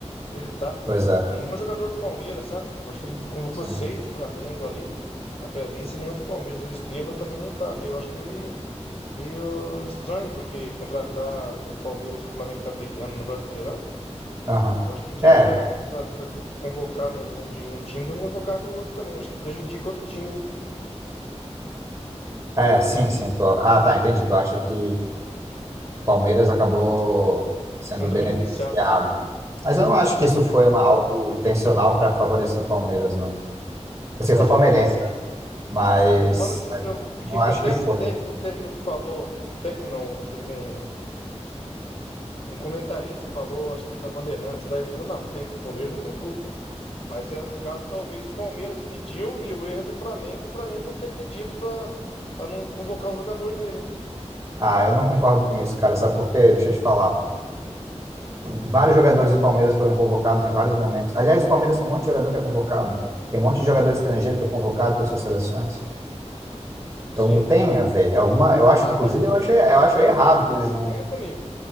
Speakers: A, on the left; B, on the right.
A: Ele tá.
B: pois é.
A: E nenhum jogador do Palmeiras, sabe? Eu acho que ele convocou
B: Sim.
A: seis do Flamengo ali na pré-lista, nenhum do Palmeiras. O Estevão também não tá ali. Eu acho que é meio, meio estranho, porque contratar o Palmeiras e o Flamengo que tá brigando no Brasileirão.
B: Aham.
A: Eu acho que já
B: É,
A: que não vai contratar, convocar nenhum de um time, então convocar do outro também. acho que prejudica outro time, né?
B: é, sim, sim. tu- Ah, tá, entendi. Tu acha que o Palmeiras acabou sendo
A: Sendo
B: beneficiado?
A: beneficiado ali.
B: Mas eu não acho
A: Sim.
B: que isso foi uma- algo intencional para favorecer o Palmeiras, não. Assim, eu
A: Mas
B: sou palmeirense,
A: eu não falo assim
B: né?
A: que.
B: Mas,
A: Eu falo assim,
B: mas
A: eu,
B: não
A: que
B: acho
A: até
B: que foi.
A: o, tec,
B: né?
A: o técnico falou, o técnico não, o jo- um, Um comentarista falou, acho que na Bandeirantes, lá ele falou: não, não tem, o Palmeiras não tem culpa. Mas é, no caso, talvez o Palmeiras pediu e o erro é do Flamengo, do Flamengo não ter pedido pra pra não convocar os jogadores dele, né?
B: Ah, eu não concordo com isso, cara. Sabe por quê? Deixa eu te falar. Vários jogadores do Palmeiras foram convocados em vários momentos. Aliás, o Palmeiras tem um monte de jogador que é convocado. Tem um monte de jogador estrangeiro que é convocado para suas seleções. Então
A: Sim.
B: não tem a ver. É Alguma, eu acho,
A: Ah,
B: inclusive,
A: mas o
B: eu
A: Veiga
B: acho, eu
A: não ficar
B: acho errado
A: nem entre
B: que
A: os
B: eles
A: 50,
B: não.
A: amigo.